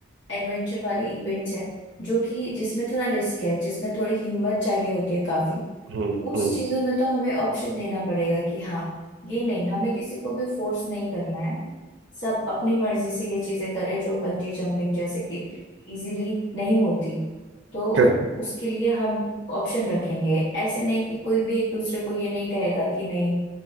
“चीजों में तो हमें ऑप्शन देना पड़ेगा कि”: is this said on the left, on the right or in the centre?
Left